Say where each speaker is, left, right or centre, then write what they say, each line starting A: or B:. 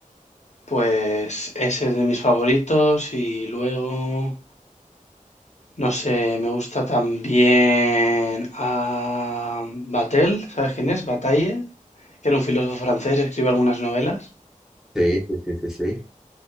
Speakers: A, on the left; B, in the centre.
A: Pues ese es de mis favoritos y luego, no sé, me gusta también a Batel, ¿sabes quién es? Bataille, que era un filósofo francés, escribe algunas novelas.
B: sí, sí, sí, sí, sí.